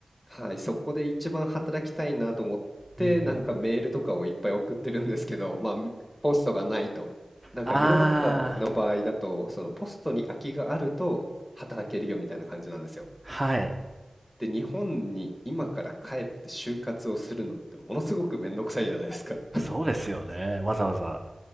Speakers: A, in the centre; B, on the right.
A: はい、そこで一番働きたいなと思って、
B: うん。
A: なんかメールとかをいっぱい送ってるんですけど、まあ、ポストがないと。なんかヨーロッパの場合だと、
B: ああ、
A: そのポストに空きがあると働けるよみたいな感じなんですよ。
B: はい。
A: で、日本に今から帰って就活をするのってものすごくめんどくさいじゃないですか。
B: そうですよね。わざわざ。